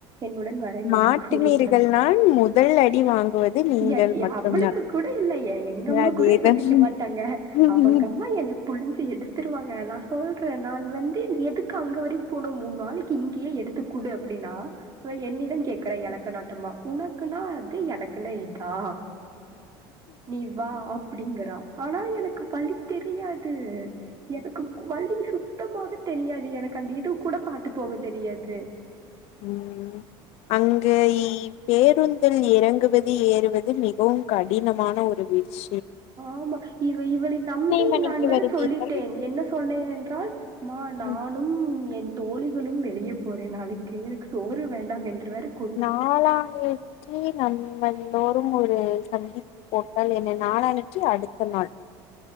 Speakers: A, on the right; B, on the left.
A: என்னுடன் வரேன்
B: மாட்டினீர்கள்
A: என்று கூறினாள்
B: நான் முதல் அடி வாங்குவது நீங்கள்
A: ஏன் ஏ
B: மட்டும்தான்
A: அவளுக்கு கூட இல்ல ஏன் எங்க அம்மா
B: அதேதான்
A: கூட என்ன அடிக்க மாட்டாங்க
B: ம்
A: அவுங்க அம்மா என்ன புழிஞ்சு எடுத்துருவாங்க நா சொல்றேன் நான் வந்து எதுக்கு அங்க வரைக்கும் போனும் மூண் நாளைக்கி இங்கேயே எடுத்துக்குடு அப்டின்னா இப்ப என்னிடம் கேக்குறா எலக்க நாட்டமா உனக்குனா அது எனக்குன்னா இதா நீ வா அப்டிங்கறா ஆனா எனக்கு வழி தெரியாது எனக்கு வழி சுத்தமாவே தெரியாது எனக்கு அந்த இது கூட பார்த்து போக தெரியாது
B: ம் அங்கை பேருந்தில் இறங்குவது ஏறுவது மிகவும் கடினமான ஒரு வீச்
A: ஆம்மா இவ இவளை நம்பி
B: மணிக்கு
A: நான் வேற
B: வருவீர்கள்
A: சொல்லிட்டேன் என்ன சொன்னேன் என்றால் மா நானும்
B: ம்,
A: என் தோழிகளும் வெளிய போறேன் நாளைக் எனக்கு சோறு வேண்டாம் என்றவர்
B: நாளானி ஏ நம்ம எல்லோரும் ஒரு சந்திப்பு போட்டால் என்ன நாளான்னைக்கி அடுத்த நாள்